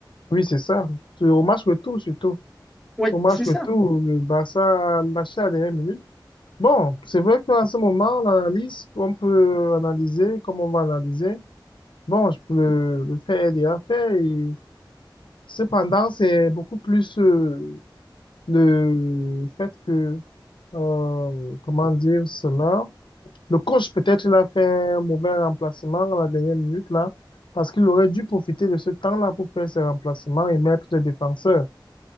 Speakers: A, on the left (about 80°); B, in the centre.
A: oui, c'est ça. C'est Au match retour, surtout.
B: Oui,
A: Au match
B: c'est
A: retour,
B: ça.
A: le Barça a lâché à la dernière minute. Bon, c'est vrai qu'à ce moment, l'analyse, on peut analyser comme on va analyser. Bon, je peux le, le faire aider à faire. Et cependant, c'est beaucoup plus euh, le fait que, euh, comment dire cela, Le coach, peut-être, il a fait un mauvais remplacement à la dernière minute, là, parce qu'il aurait dû profiter de ce temps-là pour faire ses remplacements et mettre les défenseurs.